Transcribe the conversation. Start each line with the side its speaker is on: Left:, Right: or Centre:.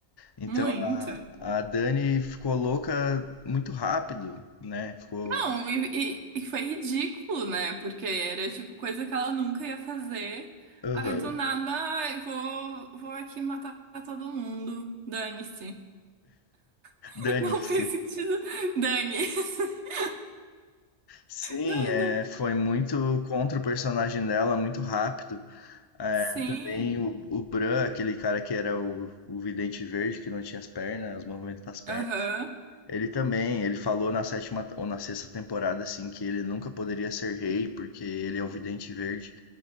Left: Então
Right: muito.
Left: a, a Dani ficou louca muito rápido, né? Ficou.
Right: Não, e, e- e foi ridículo, né? Porque era tipo coisa que ela nunca ia fazer.
Left: Aham.
Right: Aí do nada, ai, vou, vou aqui matar todo mundo. Dane-se. <laughs>
Left: Dane-se.
Right: Não fez sentido. Dane. <laughs>
Left: Sim,
Right: Não,
Left: é,
Right: não.
Left: foi muito contra o personagem dela, muito rápido.
Right: Sim.
Left: Também o, o Bran, aquele cara que era o, o vidente verde, que não tinha as pernas, os movimentos das pernas.
Right: Aham.
Left: Ele também, ele falou na sétima ou na sexta temporada, assim, que ele nunca poderia ser rei, porque ele é o Vidente Verde.